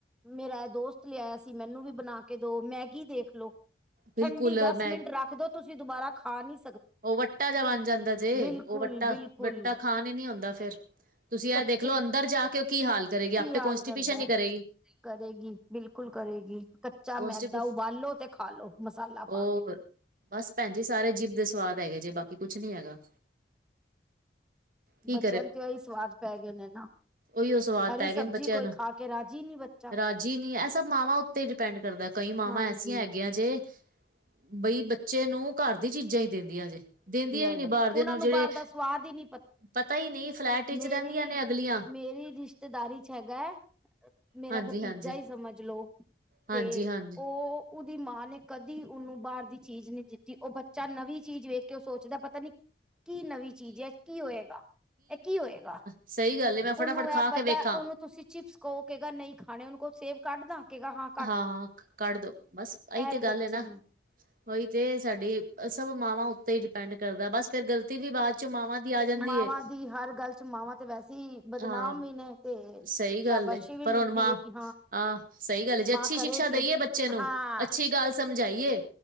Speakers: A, in the centre; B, on the right (about 50°).
A: ਮੇਰਾ ਦੋਸਤ ਲਿਆਇਆ ਸੀ ਮੈਨੂੰ ਵੀ ਬਣਾ ਕੇ ਦੋ ਮੈਂ ਦੇਖਲੋ
B: ਬਿਲਕੁਲ
A: ਠੰਡੀ ਦਸ
B: ਮੈਂ
A: ਮਿੰਟ ਰੱਖ ਦਿਓ ਤੁਸੀਂ ਦੁਬਾਰਾ ਖਾ ਨਹੀਂ
B: ਉਹ ਵੱਟਾ ਜਿਹਾ ਬਣ ਜਾਂਦਾ ਜੇ
A: ਬਿਲਕੁਲ-ਬਿਲਕੁਲ,
B: ਉਹ ਵੱਟਾ ਵੱਟਾ ਖਾਣ ਹੀ ਨੀ ਹੁੰਦਾ ਫੇਰ ਤੁਸੀਂ ਯਾਰ
A: ਕੱਚੇ
B: ਦੇਖਲੋ ਅੰਦਰ ਜਾ ਕੇ ਉਹ ਕੀ ਹਾਲ ਕਰੇਗੀ ਆਪੇ
A: ਕੀ ਹਾਲ
B: ਕੋਂਸਟੀਪੀਸ਼ਨ
A: ਕਰਦੈ।
B: ਹੀ ਕਰੇਗੀ
A: ਕਰੇਗੀ ਬਿਲਕੁਲ ਕਰੇਗੀ ਕੱਚਾ
B: ਕੋਂਸਟੀਪੇਸ਼
A: ਮੈਦਾ ਉਬਾਲੋ ਤੇ ਖਾਲੋ ਮਸਾਲਾ
B: ਹੋਰ
A: ਪਾ ਕੇ
B: ਬਸ ਭੈਣ ਜੀ ਸਾਰੇ ਜੀਭ ਦੇ ਸਵਾਦ ਹੈਗੇ ਜੇ ਬਾਕੀ ਕੁਛ ਨੀ ਹੈਗਾ ਕੀ
A: ਬੱਚਿਆਂ ਤੇ ਇਹੀ ਸਵਾਦ ਪੈ ਗਏ ਨੇ ਨਾ
B: ਉਹੀ ਓ ਸਵਾਦ
A: ਹਰੀ
B: ਪੈ
A: ਸਬਜ਼ੀ
B: ਗਏ ਨੇ ਬੱਚਿਆਂ
A: ਕੋਈ
B: ਨੂੰ
A: ਖਾ ਕੇ ਰਾਜੀ ਨੀ ਬੱਚਾ
B: ਰਾਜੀ ਨੀ ਇਹ ਸਭ ਮਾਵਾਂ ਉੱਤੇ ਪੈਡ ਕਰਦਾ ਕਈ ਮਾਵਾਂ
A: ਹਾਂਜੀ
B: ਐਸੀਆਂ ਹੈਗੀਆਂ ਜੇ ਬਈ ਬੱਚੇ ਨੂੰ ਘਰ ਦੀ ਚੀਜ਼ਾਂ ਹੀ ਦਿੰਦੀਆਂ ਜੇ ਦਿੰਦੀਆਂ ਹੀ
A: ਨੇ
B: ਨੀ ਬਾਹਰ ਦੀ ਉਹਨਾਂ ਨੂੰ ਜਿਹੜੇ
A: ਬਾਹਰ ਦਾ ਸਵਾਦ ਹੀ ਨਹੀਂ
B: ਪਤਾ ਹੀ ਨਹੀਂ ਫਲੈਟ ਵਿਚ
A: ਮੇਰੀ
B: ਰਹਿੰਦੀਆਂ ਨੇ ਅਗਲੀਆਂ
A: ਮੇਰੀ ਰਿਸ਼ਤੇਦਾਰੀ ਚ ਹੈਗਾ ਹੈ ਮੇਰਾ
B: ਹਾਂਜੀ
A: ਭਤੀਜਾ
B: ਹਾਂਜੀ
A: ਹੀ ਸਮਝ ਲੋਓ
B: ਹਾਂਜੀ
A: ਤੇ
B: ਹਾਂਜੀ
A: ਉਹ ਉਹਦੀ ਮਾਂ ਨੇ ਕਦੀ ਉਹਨੂੰ ਬਾਹਰ ਦੀ ਚੀਜ਼ ਨਹੀਂ ਦਿੱਤੀ ਉਹ ਬੱਚਾ ਨਵੀਂ ਚੀਜ਼ ਵੇਖ ਕਿ ਉਹ ਸੋਚਦਾ ਪਤਾ ਨੀ ਕੀ ਨਵੀਂ ਚੀਜ਼ ਹੈ ਕੀ ਹੋਏਗਾ ਇਹ ਕੀ ਹੋਏਗਾ
B: ਸਹੀ ਗੱਲ ਹੈ, ਮੈਂ ਫਟਾਫਟ
A: ਉਹਨੂੰ ਇਹ
B: ਖਾ
A: ਪਤਾ
B: ਕੇ ਵੇਖਾਂ
A: ਉਹਨੂੰ ਤੁਸੀਂ ਚਿਪਸ ਕਹੋ ਕਹਿਗਾ ਨਹੀਂ ਖਾਣੇ ਕੋ ਸੇਬ ਕੱਢਦਾ ਕੇ ਗਾ ਹਾਂ <unintelligible>
B: ਹਾਂ ਕੱਢ ਦੋ ਬਸ ਅਸੀਂ
A: ਇਹ
B: ਤੇ ਗੱਲ
A: ਬੱਚੇ
B: ਹੈ ਨਾ
A: ਨੇ
B: ਕੋਈ ਜੇ ਸਾਡੀ ਸਭ ਮਾਵਾਂ ਉੱਤੇ ਹੀ ਡਿਪੈਂਡ ਕਰਦਾ ਬਸ ਫੇਰ ਗਲਤੀ ਵੀ ਬਾਅਦ ਚ ਮਾਵਾਂ ਦੀ ਆ ਜਾਂਦੀ
A: ਮਾਵਾਂ
B: ਹੈ
A: ਦੀ ਹਰ ਗੱਲ ਚ ਮਾਵਾਂ ਤੇ ਵੈਸੇ ਹੀ ਬਦਨਾਮ
B: ਹਾਂ <unintelligible>
A: ਵੀ ਨੇ ਤੇ
B: ਸਹੀ ਗੱਲ
A: ਸ਼ਾਬਾਸ਼ੀ ਵੀ
B: ਪਰ
A: ਮਿਲਦੀ
B: ਹੁਣ ਮਾਂ
A: ਹੈ ਕਿ
B: ਹਾਂ ਸਹੀ ਗੱਲ
A: ਮਾਂ
B: ਅੱਛੀ
A: ਕਰੇਗੀ।
B: ਸ਼ਿਕਸ਼ਾ ਦਈਏ ਬੱਚੇ ਨੂੰ
A: ਹਾਂ
B: ਅੱਛੇ ਗੱਲ ਸਮਝਾਈਏ